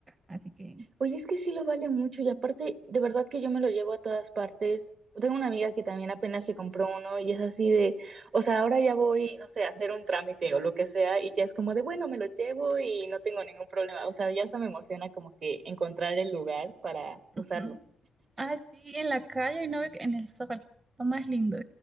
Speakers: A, on the right; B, on the right.
A: Así que...
B: oye, es que sí lo vale mucho y aparte, de verdad que yo me lo llevo a todas partes. Tengo una amiga que también apenas se compró uno y es así de, o sea, ahora ya voy, no sé, a hacer un trámite o lo que sea y ya es como de, bueno, me lo llevo y no tengo ningún problema. O sea, ya hasta me emociona como que encontrar el lugar para
A: <laughs>
B: usarlo.
A: Ah, sí, en la calle, no, en el sol, lo más lindo,